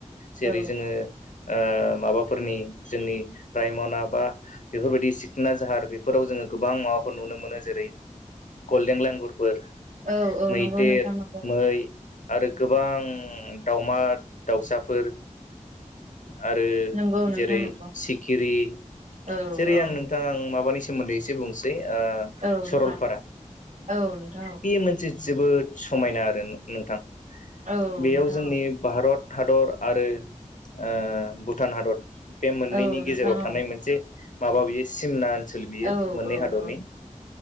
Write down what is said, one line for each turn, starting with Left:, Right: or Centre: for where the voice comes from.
Left: जेरै
Right: औ
Left: जोङो ओ माबाफोरनि जोंनि रायमना बा बेफोरबायदि सिखना जाहार बेफोराव जोङो गोबां माबा। नुनो मोनो जेरै गलडेन लेंगुरफोर
Right: औ औ
Left: मैदेर
Right: नंगौ नोंथां नंगौ
Left: मै आरो गोबां दावमा दाउसाफोर आरो
Right: नंगौ नोंथां
Left: जेरै
Right: नंगौ
Left: सिखिरि
Right: औ
Left: जेरै
Right: औ
Left: आं नोंथाङा आं माबानि सोमोन्दै एसे बुंसै
Right: औ
Left: सरलपारा
Right: नोंथां औ नोंथां औ
Left: बे मोनसे जोबोद समायना आरो नोंथां
Right: औ
Left: बेयाव
Right: नोंथां
Left: जोंनि
Right: औ
Left: भारत भारत हादर आरो ओ भुटान हादर बे मोननैनि
Right: औ
Left: गेजेराव
Right: नोंथां औ
Left: थानाय मोनसे माबा बियो सिमना ओनसोल बियो
Right: औ
Left: मोननै
Right: औ
Left: हादरनि
Right: औ